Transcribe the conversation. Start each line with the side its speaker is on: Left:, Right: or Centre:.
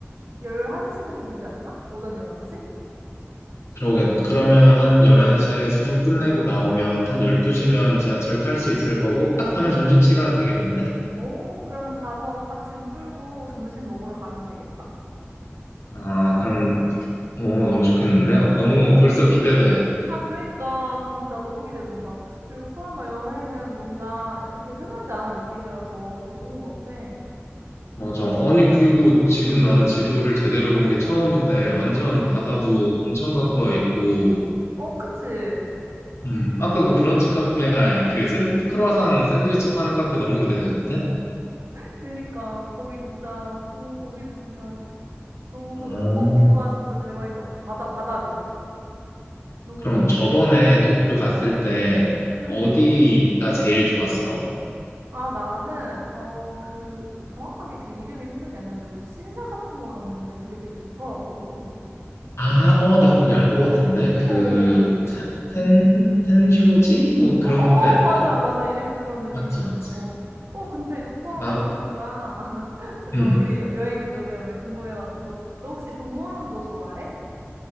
Right: 1 1시 정도 되지 않나? 오전 1 1시
Left: 그러게. 그러면
Right: 응
Left: 한 11시에
Right: 응응
Left: 수속 끝내고 나오면 한 12시면 지하철 탈 수 있을 거고, 딱
Right: 응
Left: 하면 점심시간
Right: 응.
Left: 되겠는데?
Right: 오 그러면 가서 딱 짐 풀고 점심 먹으러 가면 되겠다.
Left: 아, 그럼, 오, 너무 좋겠는데? 어, 너무 벌써 기대돼.
Right: 아 그니까 진짜 너무 기대된다. 그리고 요코하마 여행은 뭔가 그렇게 흔하지 않은 느낌이라서 더 좋은 것 같아.
Left: 맞아. 아니, 그리고 지금
Right: 응
Left: 나는 지도를 제대로 본 게 처음인데, 완전
Right: 응
Left: 바다도 엄청 가까이 있고,
Right: 어 그치?
Left: 음, 아까 그 브런치 카페, 아니, 그 샌, 크로아상 샌드위치 파는 카페 너무 기대되는데?
Right: 그니까 거기 진짜 어 거기도 진짜 너무 그
Left: 오.
Right: 항공 뷰가 진짜 대박인 것 같아. 바다 바다 뷰. 너무
Left: 그럼
Right: 좋은데?
Left: 저번에 도쿄 갔을 때
Right: 응
Left: 어디가 제일 좋았어?
Right: 아 나는 어 그 정확하게 그 이름이 생각이 안 나는데 무슨 신사 같은 거 갔는데 그게 되게 좋더라고.
Left: 아, 어, 나 거기 알 것 같은데. 그,
Right: 어.
Left: 산, 산, 산쇼지? 뭐 그런
Right: 어어어
Left: 데 아닌가?
Right: 맞아. 맞아. 이름이 그런 느낌이었어.
Left: 맞지, 맞지.
Right: 어. 어 근데 요코하마
Left: 나,
Right: 보니까 <laughs> 잠깐만
Left: 음,
Right: 우리 여- 여행 그것 때문에 궁금해 가지고 너 혹시 동물원도 좋아해?